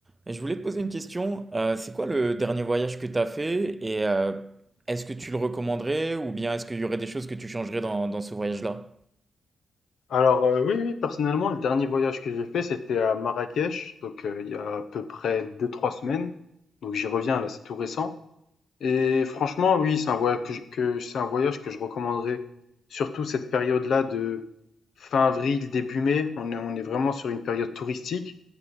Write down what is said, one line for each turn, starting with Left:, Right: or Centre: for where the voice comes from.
Right: Je voulais te poser une question. Euh, c'est quoi le dernier voyage que tu as fait et euh, est-ce que tu le recommanderais ou bien est-ce qu'il y aurait des choses que tu changerais dans, dans ce voyage-là?
Left: Alors, heu, oui, oui, personnellement, le dernier voyage que j'ai fait, c'était à Marrakech, donc heu, il y a à peu près deux-trois semaines. Donc j'y reviens là, c'est tout récent et franchement, oui, c'est un voyage que je que c'est un voyage que je recommanderais, surtout cette période-là de fin avril, début mai. On est on est vraiment sur une période touristique,